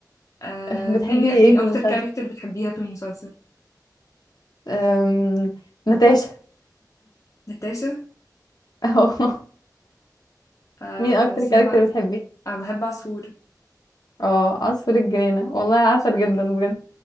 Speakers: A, on the left; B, on the left.
A: آه،
B: <laughs> بتحبي
A: مين
B: ايه
A: مين
B: في
A: اكتر
B: المسلسل
A: كاركتر بتحبيها في المسلسل
B: أم... نتاشا
A: ناتاشا
B: <laughs> اه
A: آه،
B: مين اكتر
A: اسمها
B: كاركتر بتحبيه
A: آه، بحب عصفور
B: اه عصفور الجنينة والله عسل
A: عصفور
B: جدا
A: الجنيه
B: بجد